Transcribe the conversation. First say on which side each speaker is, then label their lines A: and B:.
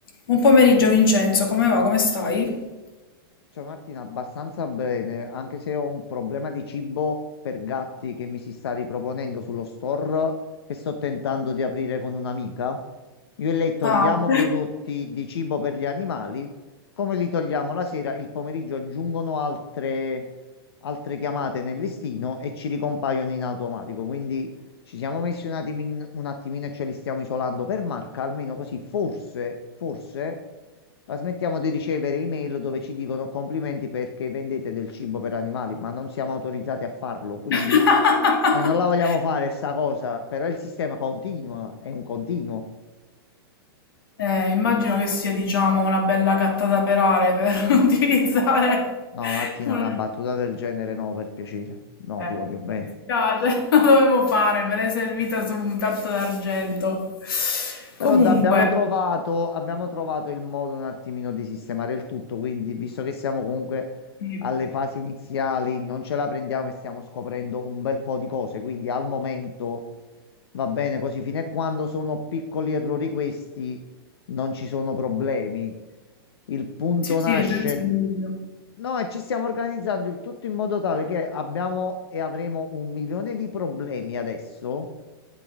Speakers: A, on the left; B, on the left.
A: Buon pomeriggio Vincenzo, come va? Come stai?
B: Ciao Martina, abbastanza bene, anche se ho un problema di cibo per gatti che mi si sta riproponendo sullo store che sto tentando di aprire con un'amica. Io e lei togliamo
A: Ah.
B: prodotti di cibo per gli animali, come li togliamo la sera, il pomeriggio aggiungono altre, altre chiamate nel listino e ci ricompaiono in automatico. Quindi ci siamo messi un attimino, un attimino e ce li stiamo isolando per marca, almeno così forse, forse. Ma smettiamo di ricevere email dove ci dicono complimenti perché vendete del cibo per animali, ma non siamo autorizzati a farlo, quindi
A: <laughs>
B: noi non la vogliamo fare sta cosa, però il sistema continua, è un continuo.
A: Eh, immagino che sia, diciamo, una bella gatta da pelare per <laughs> utilizzare
B: No, Martina,
A: una...
B: una battuta del genere no, per piacere. No,
A: Eh,
B: ti voglio bene.
A: mi dispiace, <laughs> lo dovevo fare, me l'hai servita su un piatto d'argento.
B: Però
A: Comunque,
B: da- abbiamo trovato, abbiamo trovato il modo un attimino di sistemare il tutto, quindi visto che siamo comunque
A: sì,
B: alle fasi iniziali, non ce la prendiamo e stiamo scoprendo un bel po' di cose, quindi al momento Va bene così, fino a quando sono piccoli errori questi, non ci sono problemi. Il punto
A: sì, sì,
B: nasce...
A: senza dubbio.
B: No, e ci stiamo organizzando il tutto in modo tale che abbiamo e avremo un milione di problemi adesso,